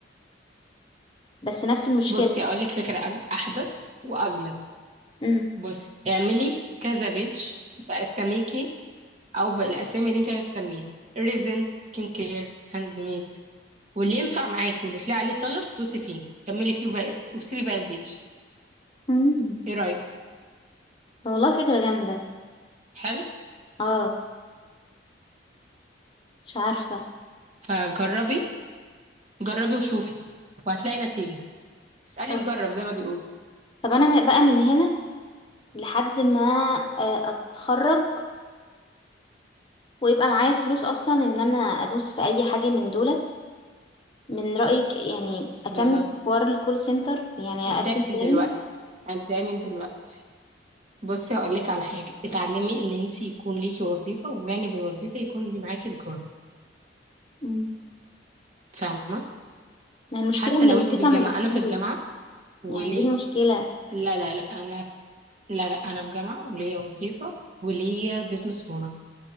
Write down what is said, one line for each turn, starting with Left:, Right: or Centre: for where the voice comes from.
Left: بس نفس المشكله
Right: بصي أقولك فكرة أج- أحدث وأجمد
Left: امم
Right: بصي اعملي كذا بيتش بأساميكي او بالاسامي اللي انت هتسميها ريزن سكين كير هاند ميد واللي ينفع معاكي واللي تلاقي عليه طلب دوسي فيه كملي فيه وبقى اس- وسيبي بقى البيج
Left: أمم.
Right: ايه رايك
Left: والله فكره جامده
Right: حلو
Left: اه مش عارفه
Right: فجربي جربي وشوفي وهتلاقي نتيجه اسالي
Left: طب
Right: مجرب زي ما بيقولوا
Left: طب انا بقى من هنا لحد ما آه، اتخرج ويبقى معايا فلوس اصلا ان انا ادوس في اي حاجه من دولت من رايك يعني اكمل
Right: بالظبط
Left: في حوار الكول سنتر يعني اقدم
Right: ابداي من
Left: تاني
Right: دلوقتي ابداي من دلوقتي بصي هقول لك على حاجه اتعلمي ان انت يكون ليكي وظيفه وجانب الوظيفه يكون اللي معاكي تجاره
Left: مم.
Right: فاهمه
Left: ما هي المشكله
Right: حتى
Left: ان
Right: لو
Left: الوظيفه
Right: انت في الجامعه
Left: ما بتجيش
Right: انا في الجامعه وليه
Left: يعني دي المشكله
Right: لا لا لا انا لا لا انا في جامعه وليا وظيفه وليا بيزنس اونر